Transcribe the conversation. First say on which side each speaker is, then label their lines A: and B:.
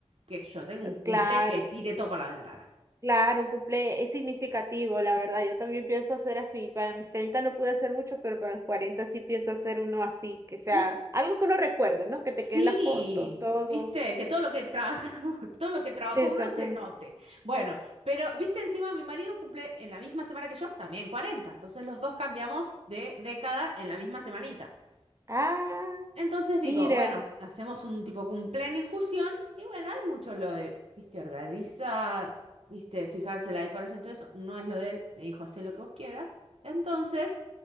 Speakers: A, on the right; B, on the right.
A: que yo tenga un cumple
B: Claro,
A: que tire todo para la ventana.
B: claro, un cumple es significativo, la verdad. Yo también pienso hacer así. Para mis 30 no pude hacer mucho, pero para los 40 sí pienso hacer uno así, que sea
A: No,
B: algo que uno recuerde, ¿no? Que
A: sí,
B: te queden las fotos, todo.
A: viste, que todo lo que trabaja, <laughs> todo lo que trabajó
B: Exacto.
A: uno se note. Bueno, pero viste, encima mi marido cumple en la misma semana que yo, también 40. Entonces los dos cambiamos de década en la misma semanita.
B: Ah,
A: Entonces digo,
B: mira,
A: bueno, hacemos un tipo cumpleaños fusión y bueno, hay mucho lo de, viste, organizar, viste, fijarse la decoración y todo eso. No es lo de él, me dijo, hacé lo que vos quieras. Entonces,